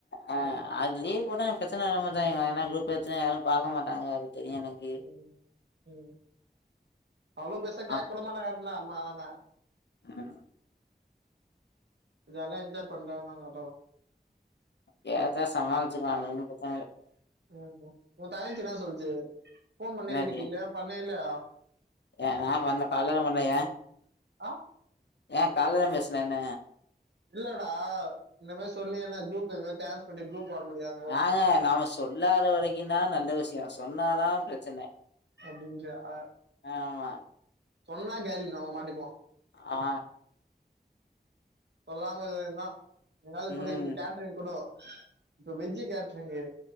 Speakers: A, on the left (about 85°); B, on the right (about 85°).
A: அ அது லீவ் போட்டா எனக் பிரச்சன ஆகமாட்டங்கே ஏனா குரூப் பிரச்சன யாரு பாக்க மாட்டாங்க அது தெரியு எனக்
B: ம் ம் அவ்ளோ பெர்சா கேக்
A: அ
B: கூட மாட்டாங்க அட்லா அம்மாதான
A: ம்
B: இதால என்ஜாய் பண்றா என்னாங்காட்டோ
A: கேக்கா சமாளிச்சுகுவ அது ஒன்னு பிரச்சனல
B: ம் ம் உ தங்கச்சி என்னா சொல்ச்சு ஃபோன் பண்ணியா
A: என்னது
B: வீட்டுக்கு இல்லயா பண்ணயா இல்யா
A: ஏ நா பண்ண காலைல பண்ண ஏ
B: ஆ
A: ஏ கால்லதா பேச்ன என்ன
B: இல்லடா இந்த மாரி சொல்லி என்ன குரூப்ல இந்த டேன்ஸ் பண்ணி குரூப் வாங்க முடியாது
A: ஆ அ நாம சொல்லாத வரைக்குந்தா நல்ல விஷ்யோ சொன்னாதா பிரச்சன
B: அப்டின்ற அ
A: ஆமா
B: சொன்னா காலி நம்ம மாட்டிப்போ
A: ஆ
B: சொல்லாம இதவயிந்தா எதுனாலு
A: ம்
B: கூடோ இப்ப கேட்ரிங் கூடோ இப்ப வெஜ்ஜி கேட்ரிங்கு